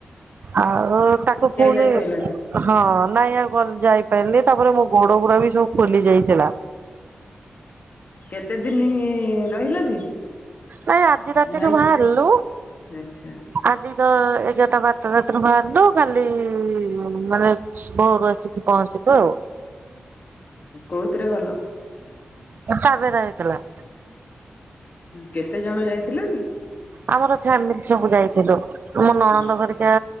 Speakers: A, on the right; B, on the left.
A: ଆଉ ତାକୁ ଫୁଣି
B: ଯାଇପାରିଲନି?
A: ହଁ ନାଇଁ ଆ ଯାଇପାରିଲି ତାପରେ ମୋ ଗୋଡ ଗୁଡା ବି ସବୁ ଖୋଲି ଯାଇଥିଲା।
B: କେତେ ଦିନ ରହିଲ କି?
A: ନାଇ ଆଜି ରାତିରୁ
B: ନାଇଁ
A: ବାହାରିଲୁ।
B: ଆଚ୍ଛା
A: ଆଜି ତ ଏଗାରଟା ବାରଟା ରାତି ବାହାରିଲୁ କାଲି ମାନେ ଘୋରୁ ଆସିକି ପହଞ୍ଚିବୁ ଆଉ।
B: କୋଉଥିରେ ଗଲ?
A: ତାବେରା ହେଇଥିଲା।
B: କେତେ ଜଣ ଯାଇଥିଲ କି?
A: ଆମର ଫ୍ୟାମିଲି ସବୁ ଯାଇଥିଲୁ ଆମ ନଣନ୍ଦ
B: ଆଚ୍ଛା
A: ଘରିକା